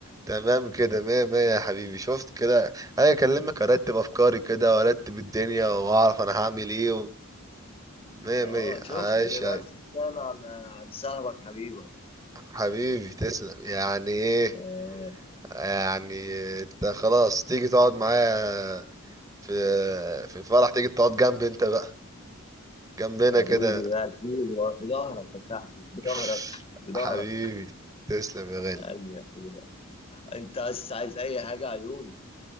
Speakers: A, on the right (about 15°); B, on the left (about 25°).
A: تمام كده مية مية يا حبيبي شفت كده انا اكلمك ارتب افكاري كده وارتب الدنيا واعرف انا هعمل ايه و... مية
B: آه
A: مية
B: شوف
A: عايش
B: ما تقدرش تستغنى عن عن صاحبك حبيبك
A: حبيبي تسلم يعني ايه
B: آه
A: يعني انت خلاص تيجي تقعد معايا في في الفرح تيجي تقعد جنب انت بقى جنبنا
B: حبيبي
A: كده
B: ده اكيد هو في ظهرك يا صاحبي في ظهرك
A: <laughs>
B: في ظهرك
A: حبيبي تسلم يا غالي
B: يا قلبي يا اخويا انت بس عايز اي حاجه عيوني